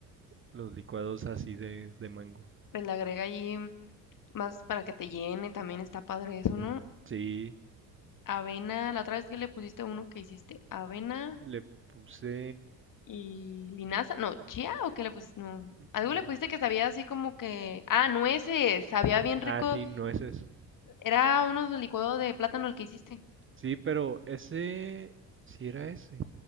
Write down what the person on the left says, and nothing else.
Pues le agrega ahí más para que te llene, también está padre eso, ¿no?
Avena, la otra vez que le pusiste uno que hiciste, avena
y linaza, no, chía o qué le pusiste, no,
algo le pusiste que sabía así como que, ah, nueces, sabía bien
rico,
era uno de licuado de plátano el que hiciste.